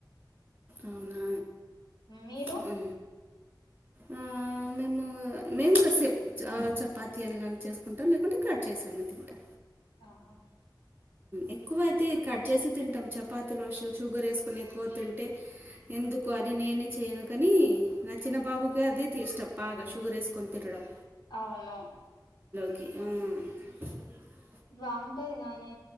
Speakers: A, on the right; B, on the left.
A: అవునా
B: మీరు
A: మ్ హు ఆ మేము మేము కూడా సేమ్ చపాతీ అని చేసుకుంటాం లేకుంటే కట్ చేసా తింటా
B: ఆహా
A: ఎక్కువ అయితే కట్ చేసి తింటాం చపాతీలు వ షుగర్ వేసుకొని ఎక్కువ తింటే ఎందుకు అని నేనే చేయను కానీ నా చిన్న బాబుకి అదే ఇష్టం బాగా షుగర్ వేసుకొని తినడం
B: అవును
A: మ్
B: బాగుంటది గాని